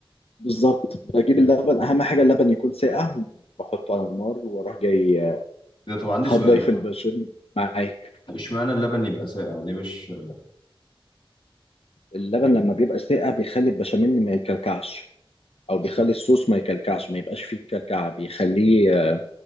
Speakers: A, on the left; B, on the left.
A: بالظبط بجيب اللبن اهم حاجه اللبن يكون ساقع بحطه على النار واروح جاي
B: ده طب عندي
A: هتضيف
B: سؤال
A: البشاميل معاك
B: اشمعنى اللبن يبقى ساقع ليه مش
A: اللبن لما بيبقى ساقع بيخلي البشاميل ما يكلكعش او بيخلي الصوص ما يكلكعش ما يبقاش فيه كلكعه بيخليه